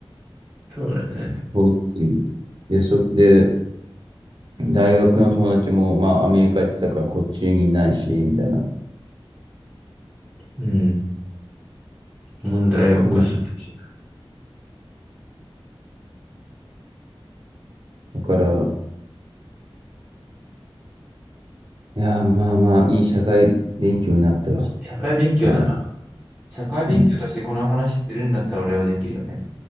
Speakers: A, in the centre; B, on the right (about 55°).
A: そうだよね。
B: そういうで、そ、で、大学の友達も、まあ、アメリカ行ってたからこっちにいないし、みたいな。
A: うん。問題を起こしたかもしれない。
B: うん。だから、いや、まあまあ、いい社会勉強になったわ。
A: 社会勉強だな。
B: かなり。
A: 社会勉強としてこの話するんだったら俺はできるよね。
B: うん。